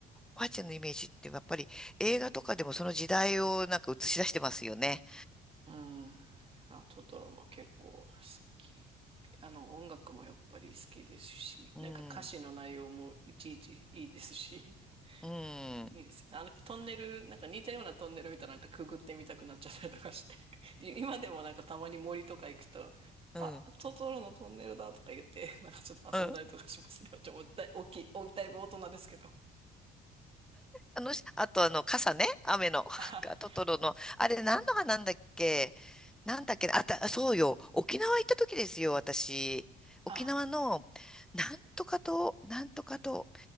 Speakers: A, in the centre; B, on the right.
A: おばあちゃんのイメージってやっぱり映画とかでもその時代をなんか映し出してますよね。
B: うん。あ、トトロも結構好き。あの、音楽もやっぱり好きですし、
A: うん。
B: なんか歌詞の内容もいちいちいいですし、
A: うん。
B: <laughs> いいですね。あの、トンネル、なんか似たようなトンネル見たらなんかくぐってみたくなっちゃったりとかして、<laughs> 今でもなんかたまに森とか行くと、
A: うん。
B: あ、トトロのトンネルだとか言って、<laughs> なんかちょっと遊んだりとかしますね。
A: うん。
B: <laughs> ちょ、もうだい、大きい、大きい、だいぶ大人ですけど。
A: あの、あとあの、傘ね、雨の、<laughs>
B: あ、
A: トトロの、あれ何の花なんだっけなんだっけねあた、そうよ、沖縄行った時ですよ、私。沖縄の、
B: あ、
A: なんとか島、なんとか島、